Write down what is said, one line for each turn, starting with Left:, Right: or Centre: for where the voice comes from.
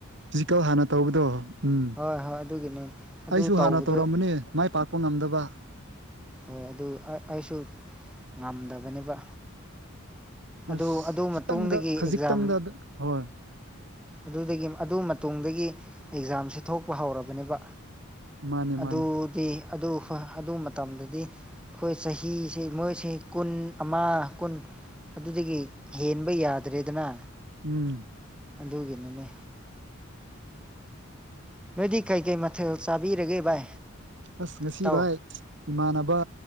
Right: ꯐꯤꯖꯤꯀꯦꯜ ꯍꯥꯟꯅ ꯇꯧꯕꯗꯣ ꯎꯝ
Centre: ꯍꯣꯏ ꯍꯣꯏ ꯑꯗꯨꯒꯤꯅꯦ ꯑꯗꯨ
Right: ꯑꯩꯁꯨ
Centre: ꯇꯧꯕꯗꯨ
Right: ꯍꯥꯟꯅ ꯇꯧꯔꯝꯕꯅꯦ ꯃꯥꯏ ꯄꯥꯛꯄ ꯉꯝꯗꯕ
Centre: ꯑꯣ ꯑꯗꯨ ꯑ ꯑꯩꯁꯨ ꯉꯝꯗꯕꯅꯦꯕ
Right: ꯑꯁ
Centre: ꯑꯗꯨ ꯑꯗꯨ
Right: ꯈꯤꯇꯪꯗ
Centre: ꯃꯇꯨꯡꯗꯒꯤ
Right: ꯈꯖꯤꯛꯇꯪꯗ
Centre: ꯑꯦꯛꯖꯥꯝ
Right: ꯍꯣꯏ
Centre: ꯑꯗꯨꯗꯒꯤ ꯑꯗꯨ ꯃꯇꯨꯡꯗꯒꯤ ꯑꯦꯛꯖꯥꯝꯁꯦ ꯊꯣꯛꯄ ꯍꯧꯔꯕꯅꯦꯕ
Right: ꯃꯥꯅꯦ
Centre: ꯑꯗꯨꯗꯤ
Right: ꯃꯥꯅꯦ
Centre: ꯑꯗꯨ ꯑꯗꯨ ꯃꯇꯝꯗꯗꯤ ꯈꯣꯏ ꯆꯍꯤꯁꯦ ꯃꯣꯏꯁꯦ ꯀꯨꯟ ꯑꯃ ꯀꯨꯟ ꯑꯗꯨꯗꯒꯤ ꯍꯦꯟꯕ ꯌꯥꯗ꯭ꯔꯦꯗꯅꯥ
Right: ꯎꯝ
Centre: ꯑꯗꯨꯒꯤꯅꯤꯅꯦ ꯅꯣꯏꯗꯤ ꯀꯩꯀꯩ ꯃꯊꯦꯜ ꯆꯥꯕꯤꯔꯒꯦ ꯚꯥꯏ
Right: ꯑꯁ ꯉꯁꯤ
Centre: ꯏꯇꯥꯎ
Right: ꯚꯥꯏ ꯏꯃꯥꯟꯅꯕ